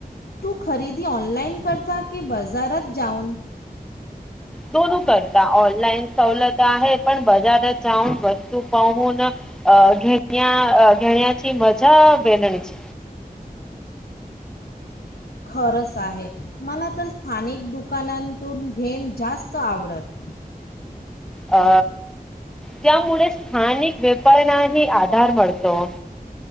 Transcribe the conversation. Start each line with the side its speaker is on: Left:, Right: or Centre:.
Left: तू खरेदी ऑनलाईन करता की बाजारात जाऊन?
Centre: दोनो करता. ऑनलाईन सवलत आहे. पण बाजारात जाऊन वस्तू पाहून अ घेण्या घेण्याची मजा वेगळीच
Left: खरंच आहे. मला तर स्थानिक दुकानांतून घेण जास्त आवडत.
Centre: अ, त्यामुळे स्थानिक व्यापऱनाही आधार मीळतो.